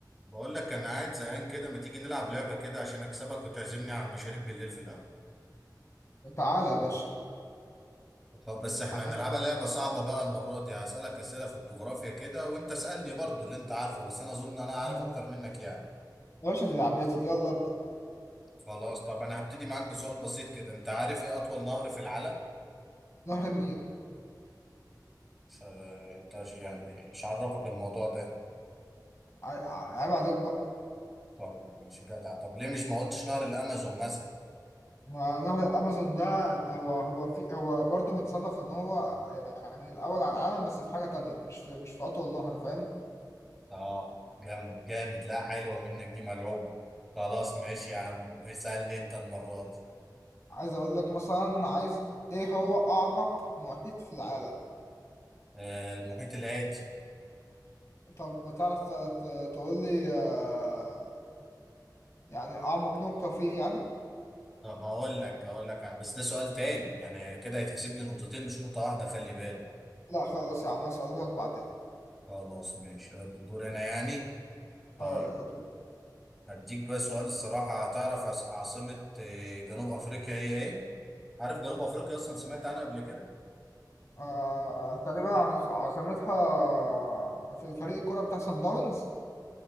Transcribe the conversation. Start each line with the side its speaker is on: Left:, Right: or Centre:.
Centre: بقول لك انا قاعد زهقان كده ما تيجي نلعب لعبه كده عشان اكسبك وتعزمني على المشاريب بالليل في القهوه
Left: تعالى يا باشا
Centre: طب بس احنا
Left: عايز
Centre: هنلعبها
Left: تلعب
Centre: لعبه صعبه بقى المره دي هسالك اسئله في الجغرافيا كده وانت اسالني برضو اللي انت عارفه بس انا اظن انا عارف
Left: ماشي.
Centre: اكتر منك يعني
Left: يا باشا دي لعبتي يلا ابدأ
Centre: خلاص طب انا هبتدي معاك بسؤال بسيط كده انت عارف ايه اطول نهر في العالم
Left: نهر النيل
Centre: ف- انت ش- يعني مش عرفك الموضوع ده
Left: ع- ع- عيب عليك بقى
Centre: طيب ماشي جدع طب ليه مش ما قلتش نهر الامازون مثلا
Left: ما نهر الأمازون ده ده هو هو في هو برضه متصنف إن هو يعني الأول على العالم بس في حاجة تانية مش في مش في أطول نهر فاهم
Centre: اه جامد جامد لا حلوه منك دي ملعوب خلاص ماشي يا عم اسالني انت المره دي
Left: عايز أقول لك مثلا عايز إيه هو أعمق محيط في العالم
Centre: آه، المحيط الهادي
Left: طب بتعرف ت- ت- تقول لي آه، يعني أعمق نقطة فيه يعني
Centre: طب هقول لك هقول لك بس ده سؤال تاني يعني كده هيتحسب لي نقطتين مش نقطة واحدة خلي بالك
Left: لا خلاص يا عم أسألهولك بعدين
Centre: خلاص ماشي آه، دور انا يعني طيب
Left: آه،
Centre: هديك بقى سؤال الصراحة هتعرف عاص- عاصمة آه، جنوب افريقيا هي ايه؟ عارف جنوب افريقيا اصلا سمعت عنها قبل كده؟
Left: آه تقريبا عاص- عاصمتها في فريق الكرة بتاع سان داونز